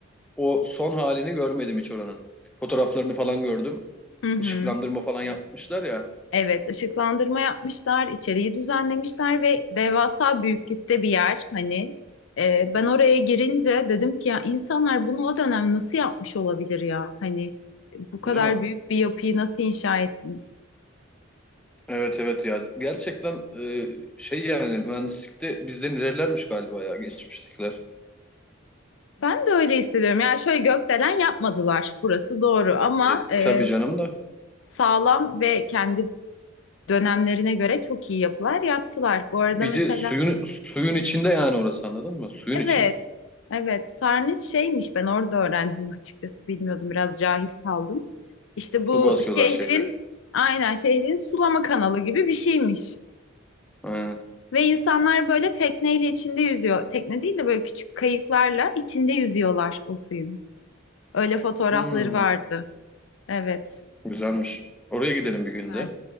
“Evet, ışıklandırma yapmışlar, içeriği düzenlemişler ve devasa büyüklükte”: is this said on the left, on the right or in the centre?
Left